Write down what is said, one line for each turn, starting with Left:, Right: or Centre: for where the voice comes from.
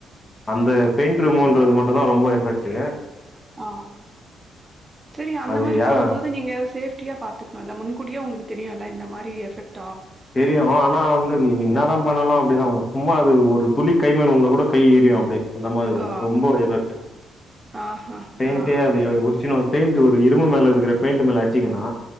Left: அந்த பெயிண்ட் ரூமூவ். ன்றது மட்டுந்தா ரொம்ப எபக்ட்டு
Right: ஆ செரி அந்த
Left: அது
Right: மாரி
Left: யா
Right: போடும்போது நீங்க ஃசேப் டியா பாத்துக்கணுல்ல முன்கூட்டியே உங்களுக்கு தெரியுல்ல இந்த மாரி எபெக்ட்
Left: தெரியு ஆனா வந்து நீங்க என்னாதா பண்ணுனாலு அப்டிதா ஓடும் சும்மா அது ஒரு துளி கைமேல உழுந்தா கூட கை எரியு அப்டியே அந்த மாரிய
Right: ஆ,
Left: ரொம்ப ஒரு எபெக்ட்
Right: ஆஹா,
Left: <unintelligible>
Right: ஆ,
Left: அது ஏ உறிச்சுனு பெயிண்ட் ஒரு இரும்பு மேல இருக்குற பெயிண்ட்டு மேல அடுச்சிங்கனா